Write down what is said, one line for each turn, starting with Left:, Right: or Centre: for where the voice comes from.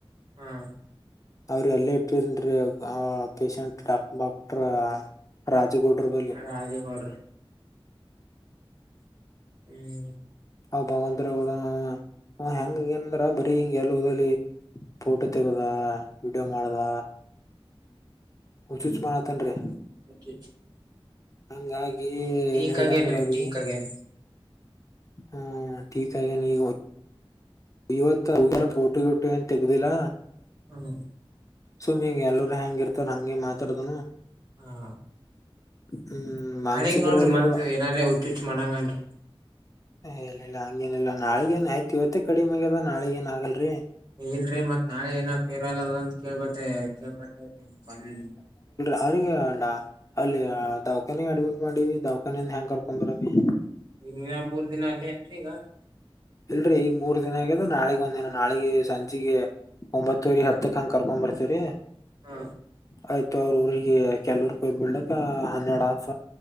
Right: ಹಾ
Left: ಅವ್ರಿ ಎಲ್ಲ ಇಟ್ಟರನ್ರಿ ಆ ಪೇಶಂಟ್ ಡಾಕ್ ಡಾಕ್ಟರ್. ರಾಜುಗೌಡ್ರ ಬಲ್ಲಿ
Right: ರಾಜಿ ಗೋದ್ರಿ ಹ್ಮ.
Left: ಹೌ ಭಗವಂತರ ಗಡ ಆವಾ ಆಗ್ಯಾನ ಅಂದ್ರ ಬರಿ ಹಿಂಗ ಎಲ್ಲ ಹೋದಲ್ಲಿ ಫೋಟೋ ತೆಗದ ವಿಡಿಯೋ ಮಾಡ್ದ ಹುಚುಚು ಮಾಡತನ್ರಿ.
Right: <inaudible>
Left: ಹಂಗಾಗಿ ಏನ್
Right: ಟೀಕ್
Left: ಹೇಳಿದ
Right: ಆಗೇನ್ರಿ
Left: ಅಂದ್ರ ಅವ್ರಿಗಿ
Right: ಟೀಕ್ ಆಗೇನ್
Left: ಹಾ ಟಿಕ್ ಆಗ್ಯಾನ ಈಗ ವ ಇವತ್ತ ಹೋಗ್ಯಾರ ಫೋಟೋ ಗಿಟೊ ಏನ್ ತಗ್ದಿಲ್ಲಾ.
Right: ಹ್ಮ.
Left: ಸುಮ್ಮಿ ಈಗ ಎಲ್ಲರು ಹೆಂಗ ಇರ್ತಾನ ಹಂಗೆ ಮಾತಾಡದನು.
Right: ಹಾ
Left: ಹ್ಮ ಮಾನಸಿಕ
Right: ನಾಳಿಗ್ ನೋಡ್ರಿ
Left: ರೋಗಿಗಳು.
Right: ಮತ್ ಏನಾರೇ ಹುಚ್ಚುಚ್ ಮಾಡಂಗನ್ರಿ
Left: ಎ ಇಲ್ಲ ಇಲ್ಲ ಹಂಗೇನಿಲ್ಲಾ ನಾಳಗೇನ ಹಾಕಿ ಇವತ್ತ ಕಡಿಮೆ ಆಗೇದ ರೀ ನಾಳಗ ಏನ್ ಆಗಲ್ರರಿ.
Right: ಇಲ್ರರಿ ಮತ್ ನಾಳೆ ಏನ ಫೇರವಲ ಅದ ಅಂತ ಕೇಳ್ಬಟ್ಟೆ ಕೇಳ್ಪಟ್ಟಲ.
Left: ಅ ಅ್ಣ ಅಲ್ಲಿ ದವಾಖಾನಗ ಅಡ್ಮಿಟ್ ಮಾಡಿವಿ ದವಾಖಾನಿಂದ ಹೆಂಗ ಕರ್ಕೊಂಡಬರಾಮಿ.
Right: ಈಗೇನ್ ಮೂರ್ ದಿನ ಅಲ್ಲಿ ಇರ್ತಿ ಈಗ.
Left: ಇಲ್ರರಿ ಈಗ ಮೂರ್ ದಿನ ಆಗ್ಯದ ನಾಳಿಗ ಒಂದ ದಿನ ನಾಳಿಗೆ ಸಂಜೆಗ ಒಂಬತ್ತೂರಿ ಹತ್ತಕ್ಕಂ ಕರ್ಕೊಂಬರ್ತರೀ
Right: ಹಾ
Left: ಆಯ್ತ. ಅವ್ರ ಊರಿಗಿ ಕೆಲವರ ಕುಯ್ ಬಿಡಲಕ್ಕ ಹನ್ನೆರಡ ಆಯ್ತ.